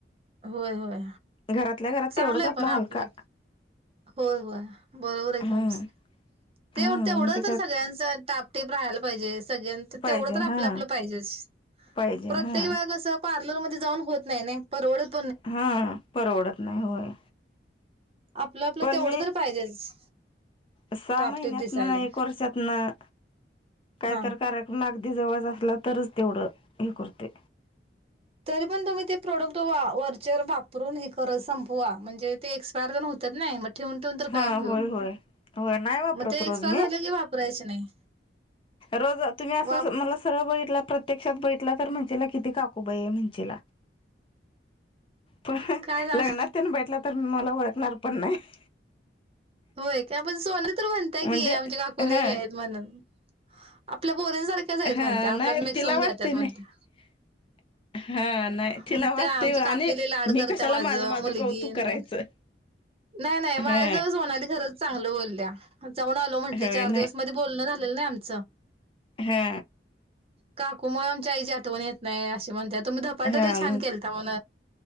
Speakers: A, on the right; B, on the left.
A: होय -होय,
B: घरातल्या घरात
A: चांगलय
B: तेवढंच आपला
A: पण
B: हलका
A: आपलं- होय- होय बरोबर आहे
B: हम्म
A: तुमचं, ते
B: हम्म
A: तेवढंतर
B: म्हणजे काय
A: सगळ्यांच टापटीप राहायला पाहिजेस. सगळ्या -तेवढं
B: पाहिजे
A: तर आपलं-आपलं
B: हा
A: पाहिजेस,
B: पाहिजे
A: प्रत्येकवेळा
B: हा
A: कसं पार्थ- लोग मध्ये जाऊन होत नाही नय परवरत
B: हां परवडत नाही होय.
A: आपलं-आपलं
B: पण
A: तेवढं
B: मी
A: तर पाहिजेच,
B: सहा
A: टापटीप
B: महिन्यात
A: दिसायला
B: नं, एक वर्षात नं, काहीतर
A: हा.
B: कार्यक्रम अगदी जवळ असला, तरच तेवढं हे करतोय.
A: तरी पण तुम्ही ते प्रॉडक्ट वा- वरचेवर वापरून हे करत संपवा. म्हणजे ते एक्सपायर न- तर नाहीये म ठेवून- ठेवून तर
B: हा
A: काय उपयोग,
B: होय होय होय नाही वापरत
A: मग ते
B: रोज
A: एक्सपायर
B: मी
A: झाले की वापरायचे नाही.
B: रोज- तुम्ही अससं-
A: वाप
B: मला सरळ बघि प्रत्यक्षात बघितला तर म्हणशीला, किती काकूबाई आहे म्हणचीला पण
A: काय सांग
B: लग्नात त्यांन बघितलं, तर मला ओळखणार पण नाही. <inaudible>
A: होय त्या पण सोनलं तर म्हणतयं.
B: म्हणजे
A: की आमच्या काकूलय
B: हा
A: हे आहेत- म्हणून आपल पोरीनं सारख्याच हायत
B: हा
A: म्हणत्या, आपल्यात
B: नाही
A: मिक्स
B: तिला
A: होऊन
B: वाटते
A: जात्यात
B: नाही
A: म्हणत्या.
B: <unintelligible> हा नाही
A: म्हणत्या
B: तिला वाटते
A: आमची
B: आणि
A: काकीले लाड
B: मी
A: करत्या
B: कशाला माझं माझं
A: मुलगी
B: कौतुक
A: नाही
B: करायचं.
A: नाही नाही माझजवळ
B: हा
A: सोनाली खरंच चांगलं बोलल्या जाऊन आलो म्हंटली
B: होय
A: चार
B: नाही
A: दिवस मध्ये बोलण झा लेल नाही आमचं.
B: हा.
A: काकू मुळ आमच्या आईच्या आठवण येत नाही असे म्हणत तुम्ही धपाटलई
B: हा
A: छान
B: म्हणते
A: केलता म्हण